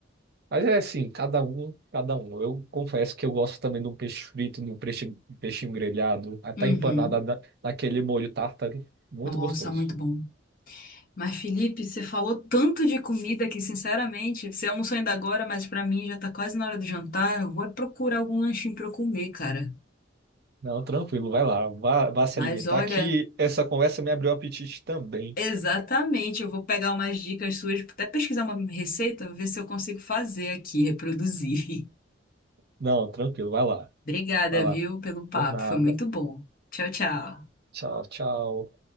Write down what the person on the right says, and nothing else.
Mas é assim, cada um, cada um. Eu confesso que eu gosto também de um peixe frito, de um peixe, peixinho grelhado, até
empanada na- naquele molho tártaro. Muito
gostoso.
Não, tranquilo, vai lá, vá, vá se
alimentar,
que essa conversa me abriu o apetite também.
Não, tranquilo, vai lá,
vai lá.
Por nada.
Tchau, tchau.